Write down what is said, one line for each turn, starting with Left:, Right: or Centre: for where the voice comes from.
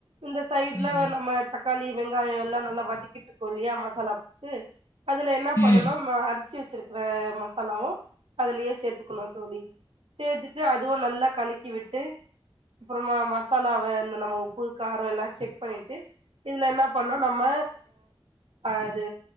Right: இந்த சைட் இதுல
Left: ம்
Right: நம்ம தக்காளி வெங்காயோ எல்லா நல்லா வதக்கிட்டு தோழி அ மசாலா போட்டு அதுல என்ன
Left: ம்
Right: பண்ணனும்
Left: ம்
Right: அ அரு ச்சு வெச்சுருக்கற மசாலாவு அதுலயே சேத்துக்கணும் தோழி சேத்துட்டு அதுவும் நல்லா கழக்கி விட்டு அப்புறமா மசாலாவ இந்த நம்ம உப்பு காரோ எல்லா செக் பண்ணிட்டு இதுல என்ன பண்ணு நம்ம அ இது